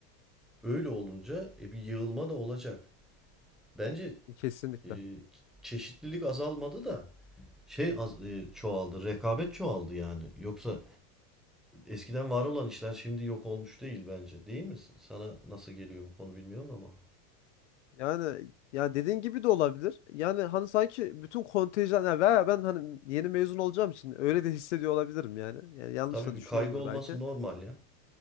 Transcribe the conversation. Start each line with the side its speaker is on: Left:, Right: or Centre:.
Centre: öyle olunca e, bir yığılma da olacak. Bence
Left: Kesinlikle.
Centre: e, çeşitlilik azalmadı da şey az, e, çoğaldı, rekabet çoğaldı yani. Yoksa eskiden var olan işler şimdi yok olmuş değil bence. Değil mi? Sana nasıl geliyor bu konu bilmiyorum ama.
Left: Yani ya dediğin gibi de olabilir. Yani hani sanki bütün kontenjan ya veya ben hani yeni mezun olacağım için öyle de hissediyor olabilirim yani. Yani yanlış
Centre: Tabii
Left: da
Centre: bir
Left: düşünüyorumdur
Centre: kaygı olması
Left: belki.
Centre: normal ya.